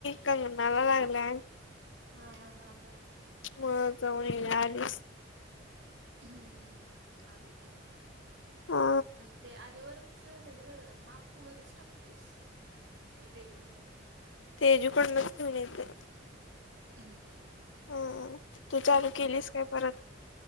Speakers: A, on the left; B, on the right.
A: कंगनाला लागला.
B: हा हा हा हा.
A: म जाऊन आलीस?
B: हम्म हम्म हम्म हम्म आले तल त
A: हा
B: न अरवर हे ज माप तू घरीच टाकतीस काय तेजीकड जातस.
A: तेजूकडूनच घेऊन येते.
B: हम्म हम् हम्
A: हा
B: हम्म हम्
A: तू चालू केलीस काय
B: म
A: परत